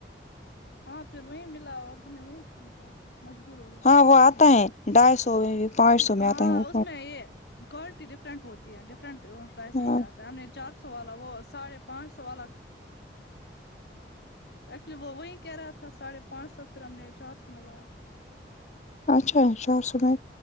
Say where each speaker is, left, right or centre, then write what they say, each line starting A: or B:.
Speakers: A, on the left; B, on the left.
A: ہاں پھر وہیں ملا اور ہمیں وہیں خریدا مجبور ہو گیا
B: ہاں وہ آتا ہے ہیں ڈھائی سو پانچ سو میں
A: ہاں
B: آتا ہے وہ
A: اس میں یہ کوالٹی ڈفرنٹ ہوتی ہے ڈفرنٹ پرائسز
B: ہاں
A: پہ آتا ہے ہم نے چار سو والا وہ ساڑھے پانچ سو والا ایکچولی وہ وہی کہہ رہا تھا ساڑھے پانچ سو پھر ہم نے چار سو میں لایا
B: اچھا چار سومیں